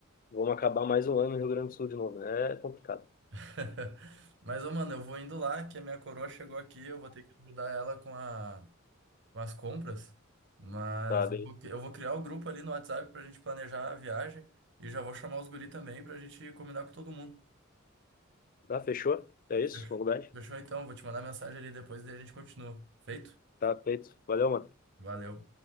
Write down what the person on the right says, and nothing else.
<laughs> Mas, ô, mano, eu vou indo lá, que a minha coroa chegou aqui. Eu vou ter que ajudar ela com a com as compras, mas
eu
vou eu vou criar o grupo ali no WhatsApp pra gente planejar a viagem e já vou chamar os guri também pra gente combinar com todo mundo.
Fechou
Fechou, então, vou te mandar mensagem ali depois e daí a gente continua. Feito?
Valeu.